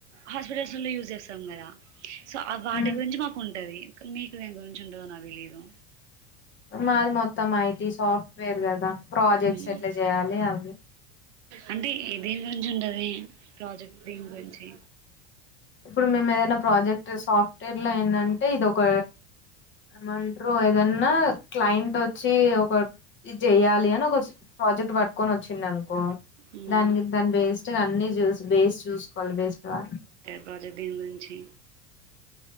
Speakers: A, on the right; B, on the left.
A: హాస్పెటల్సుల్లో యూజ్ జేస్తాం కదా సో ఆ వాటి
B: ఉమ్
A: గురించి మాకుంటది మీకు దేని గురించి ఉంటదో నాకు తెలీదు
B: మాది మొత్తం ఐ టీ సాఫ్ట్వేర్ కదా ప్రాజెక్ట్స్
A: హ్మ్.
B: ఎట్లా చేయాలి అవి
A: అంటే ఇ దేని గురించి ఉండది ప్రాజెక్ట్ దీని గురించి
B: ఇప్పుడు మేము ఏదైనా ప్రాజెక్ట్ సాఫ్ట్వేర్ లో ఏందంటే ఇది ఒక ఏమంటారు ఏదన్నా క్లయింటొచ్చి ఒక ఇది చెయ్యాలి అని ఒక ప్రాజెక్ట్ పట్టుకొని వచ్చింది అనుకో
A: మ్మ్.
B: దానికి దాని బేస్టే అన్ని చూసి బేస్ చూసుకోవాలి బేస్ గా
A: ప్రాజెక్ దేని గురించి